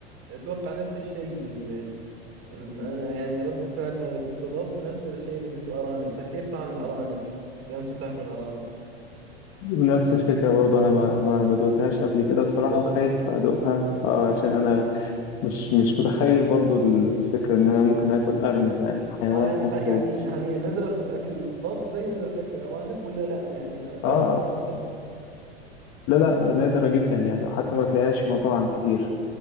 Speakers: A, on the right (about 45°); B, on the left (about 45°).
A: اتوقع نفس الشيء ال- الم- انا يعني ردة فعلنا اذا قلتوا ضب نفس الشيء اذا قلتوا ارانب فكيف طعم الارانب اذا انتم تاكلون ارانب
B: نفس الفكرة برضه أنا ما ما ما دوقتهاش قبل كده الصراحة
A: اوه
B: وخايف أدوقها آه، عشان أنا مش مش متخيل برضه الفكرة إن أنا ممكن آكل أرنب يعني حيوان
A: اه يعني ق-
B: حاسه
A: يعني يعني ندرة اكل الضب زي ندرة اكل الارانب ولا لا يعني كومن
B: آه
A: مصر
B: لا لا نادرة جدا يعني وحتى ما تلاقيهاش في مطاعم كتير